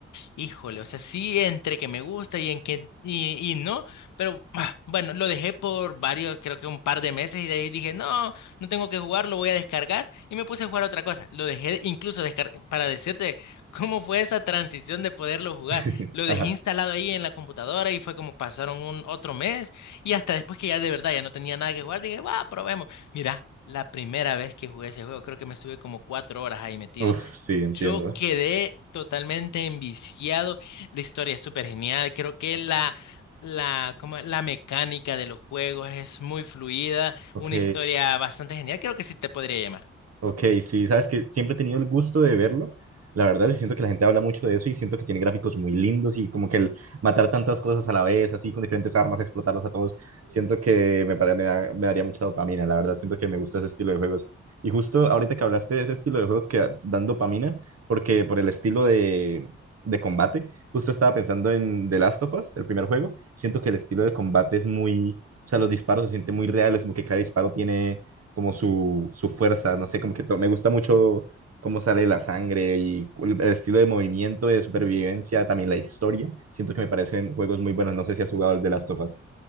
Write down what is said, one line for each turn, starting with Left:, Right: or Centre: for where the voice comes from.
Left: híjole, o sea, sí, entre que me gusta y en que, y, y no, pero ah, bueno, lo dejé por varios, creo que un par de meses y de ahí dije, no no tengo que jugar, lo voy a descargar y me puse a jugar otra cosa. Lo dejé incluso descar- para decirte <laughs> cómo fue esa transición de poderlo jugar.
Right: <laughs>
Left: Lo
Right: Ajá.
Left: dejé instalado ahí en la computadora y fue como pasaron un otro mes y hasta después que ya de verdad ya no tenía nada que jugar, dije, va, probemos. Mira. La primera vez que jugué ese juego, creo que me estuve como cuatro horas ahí metido.
Right: Uf, sí, entiendo.
Left: Yo quedé totalmente enviciado. La historia es súper genial. Creo que la, la, como la mecánica de los juegos es muy fluida.
Right: Ok.
Left: Una historia bastante genial. Creo que sí te podría llamar.
Right: Ok, sí, sabes que siempre he tenido el gusto de verlo. La verdad, y siento que la gente habla mucho de eso y siento que tiene gráficos muy lindos y como que el matar tantas cosas a la vez, así con diferentes armas, explotarlos a todos, siento que me, pare- me, da- me daría mucha dopamina. La verdad, siento que me gusta ese estilo de juegos. Y justo ahorita que hablaste de ese estilo de juegos que dan dopamina, porque por el estilo de, de combate, justo estaba pensando en The Last of Us, el primer juego. Siento que el estilo de combate es muy, o sea, los disparos se sienten muy reales, como que cada disparo tiene como su, su fuerza, no sé, como que to- me gusta mucho cómo sale la sangre y cu- el, estilo de movimiento, de supervivencia, también la historia. Siento que me parecen juegos muy buenos, no sé si has jugado el de las tofas